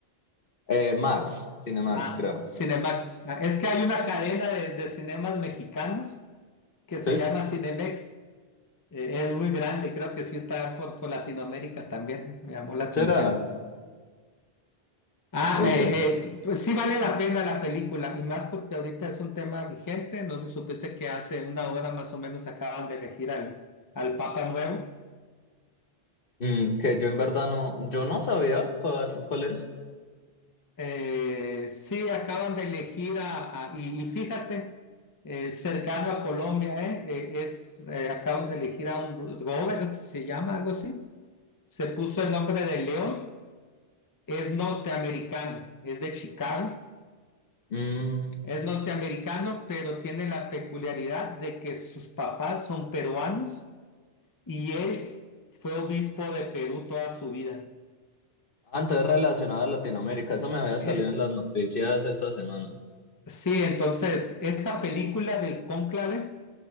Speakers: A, on the left; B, on the left.
A: Eh, Max, Cinemax,
B: Ah,
A: creo.
B: Cinemax. Ah, es que hay una cadena de, de cinemas mexicanos que
A: ¿Sí?
B: se llama Cinemex. Eh, es muy grande creo que sí está por, por Latinoamérica también. Me llamó la atención.
A: ¿Será?
B: Ah,
A: Uy,
B: eh,
A: yo no-
B: eh, pues sí vale la pena la película y más porque ahorita es un tema vigente. No sé si supiste que hace una hora más o menos acaban de elegir al, al Papa Nuevo.
A: Mm, que yo en verdad no, yo no sabía cuál, cuál es.
B: Eh, sí, acaban de elegir a, a- y, y fíjate, eh, cercano a Colombia, eh, eh, es, eh, acaban de elegir a un Robert, se llama algo así, se puso el nombre de León, es norteamericano, es de Chicago,
A: Mm,
B: es norteamericano, pero tiene la peculiaridad de que sus papás son peruanos y él fue obispo de Perú toda su vida.
A: ah, entonces relacionado a Latinoamérica, eso me había
B: Es,
A: salido en las noticias esta semana.
B: sí, entonces, esa película del cónclave